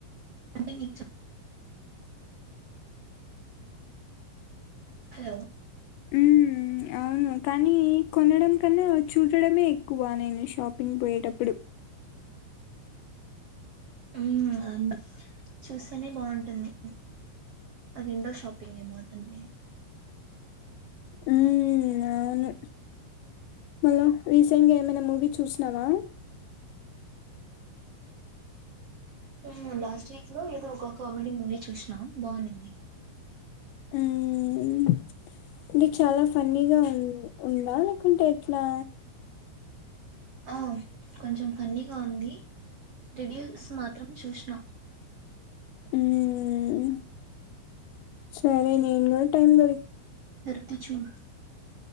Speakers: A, on the right; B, on the left.
A: అంటే నీకు చెప్ హలో
B: హ్మ్ హ్మ్ అవును కానీ కొనడం కన్నా చూడడమే ఎక్కువ నేను షాపింగ్ పోయేటప్పుడు
A: హ్మ్ చూస్తేనే బాంటుంది విండో షాపింగ్ ఏమో అదండి
B: హ్మ్ అవును మళ్ళా రీసెంట్గా ఏమైనా మూవీ చూసినావా
A: హ్మ్ లాస్ట్ వీక్ లో ఏదో ఒక కామెడీ మూవీ చూసినా బావున్నింది
B: హ్మ్ ది చాలా ఫన్నీ గా ఉంది ఉందా లేకుంటే ఎట్లా
A: అ కొంచెం ఫన్నీగా ఉంది టెడిల్స్ మాత్రం చూసిన
B: హ్మ్ సరే నేను కూడా టైమ్ దొర
A: తె చూడు